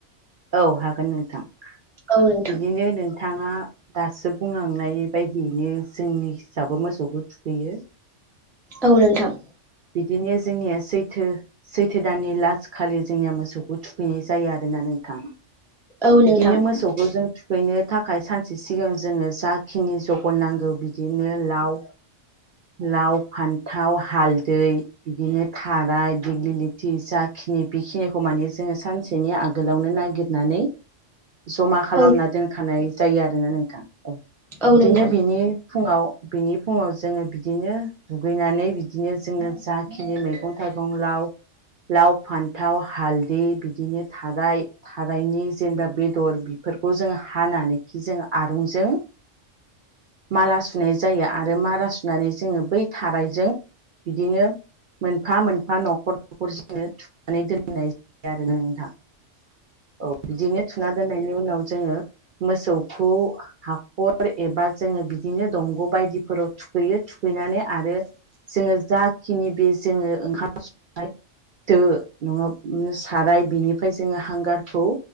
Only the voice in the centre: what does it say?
औ नोंथां
औ नोंथां।
औ नोंथां
<inaudible>
औ
औ
नोंथां
<inaudible>